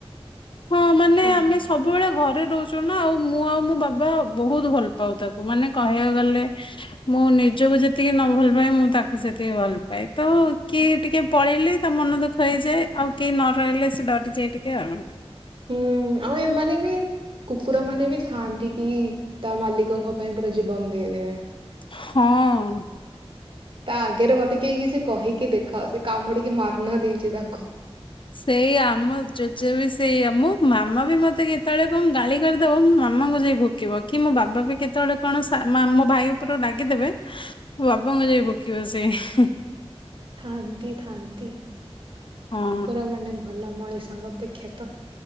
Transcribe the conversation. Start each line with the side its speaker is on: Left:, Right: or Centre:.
Left: ହଁ ମାନେ
Right: ହଁ।
Left: ଆମେ ସବୁବେଳେ ଘରେ ରହୂଚୁ ନା ଆଉ ମୁଁ ଆଉ ମୋ ବାବା ବହୁତ ଭଲ ପାଉ ତାକୁ ମାନେ କହିଆକୁ ଗଲେ ମୁଁ ନିଜକୁ ଯେତିକି ନ ଭଲ ପାଏ ମୁଁ ତାକୁ ସେତିକି ଭଲ ପାଏ। ତ କିଏ ଟିକେ ପଳେଇଲେ ତା ମନ ଦୁଃଖ ହେଇଯାଏ ଆଉ କେଇ ନ ରହିଲେ ସେ ଡରିଯାଏ ଟି କେ ଆଉ।
Right: ହୁଁ ଆଉ ଏମାନେ ବି କୁକୁର ମାନେ ବି ଥାଆନ୍ତି କି ତା ମାଲିକଙ୍କ ପାଇଁ ପୁରା ଜୀବନ ଦେଇଦେବେ।
Left: ହଁ।
Right: ତା ଆଗରେ ମତେ କେହି କିଛି କହିକି ଦେଖ ସେ କାମୁଡିକି ମାରି ନ ଦେଇଛି ତାଙ୍କୁ।
Left: ସେଇ ଆମ ଜୋଜୋ ବି ସେଇଆ ମୋ ମାମା ବି ମତେ କେତେବେଳେ କଣ ଗାଳି କରିଦବ ମୋ ମାମାଙ୍କୁ ଯାଇ ଭୋକିବ କି ମୋ ବାବା ବି କେତେବେଳେ କଣ ସା ମା ମୋ ଭାଇ ଉପରୁ ରାଗିଦେବେ ମୋ ବାବାଙ୍କୁ ଯାଇ ଭୋକିବ ସେ ହୁଁ।
Right: ଥାଆନ୍ତି ଥାଆନ୍ତି କୁକୁର
Left: ହଁ
Right: ମାନେ ଭଲ ମଣିଷ। ତାଙ୍କ ଅପେକ୍ଷା ତ।